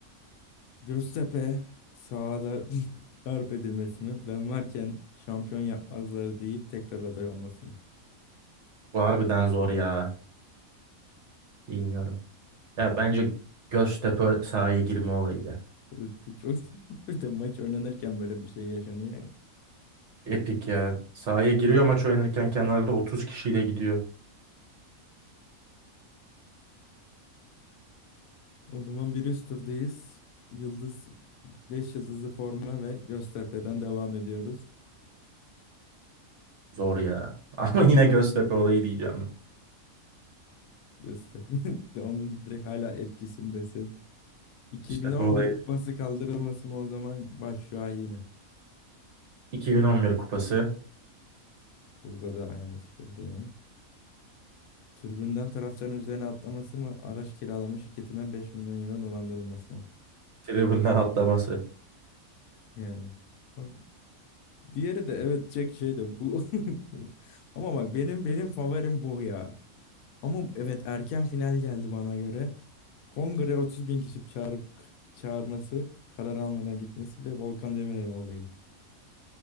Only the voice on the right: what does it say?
Bu harbiden zor ya. Bilmiyorum. Ya bence Göztepe sahaya girme olayı ya.
Epik ya. Sahaya giriyor maç oynarken kenarda 30 kişiyle gidiyor.
Zor ya. <laughs> Ama yine Göztepe olayı diyeceğim. ben.
Göztepe olayı.
2011 kupası.
Tribünden atlaması.